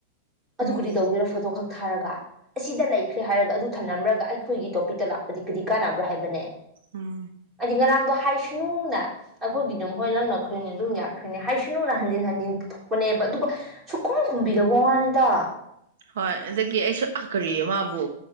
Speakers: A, on the right; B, on the right.
A: ꯎꯝ
B: ꯑꯗꯨꯕꯨꯗꯤ ꯇꯧꯒꯦꯅꯣ ꯐꯣꯇꯣ ꯈꯛꯇ ꯊꯥꯔꯒ ꯑꯁꯤꯗ ꯂꯩꯈ꯭ꯔꯦ ꯍꯥꯏꯔꯒ ꯑꯗꯨ ꯊꯝꯂꯝꯔꯒ ꯑꯩꯈꯣꯏꯒꯤ ꯇꯣꯄꯤꯛꯇ ꯂꯥꯛꯄꯗꯤ ꯀꯔꯤ ꯀꯥꯟꯅꯕ꯭ꯔꯣ ꯍꯥꯏꯕꯅꯦ
A: ꯎꯝ
B: ꯑꯖꯤꯤꯡ ꯉꯔꯥꯡꯗ ꯍꯥꯏꯁꯅꯨꯅ ꯑꯩꯈꯣꯏꯒꯤ ꯑꯗꯨꯝ ꯍꯣꯏ ꯂꯧꯪꯅꯈ꯭ꯔꯔꯤꯅꯦ ꯑꯗꯨꯝ ꯌꯥꯛꯈ꯭ꯔꯤꯅꯦ ꯍꯥꯏꯁꯅꯨꯅ ꯍꯟꯖꯤꯟ ꯍꯟꯖꯤꯟ ꯄꯨꯊꯣꯛꯄꯅꯦꯕ ꯑꯗꯨꯒ ꯁꯨꯈꯨꯝ ꯈꯨꯝꯕꯤꯗꯕ ꯋꯥꯅꯤꯗ
A: ꯍꯣꯏ ꯑꯗꯒꯤ ꯑꯩꯁꯨ ꯑ ꯀꯔꯤ ꯃꯥꯕꯨ